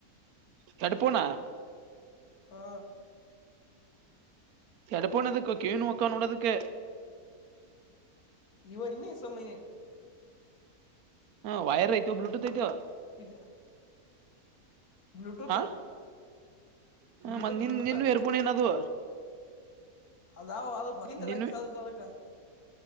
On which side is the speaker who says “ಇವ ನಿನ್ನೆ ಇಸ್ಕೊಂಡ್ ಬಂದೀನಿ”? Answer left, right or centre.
Left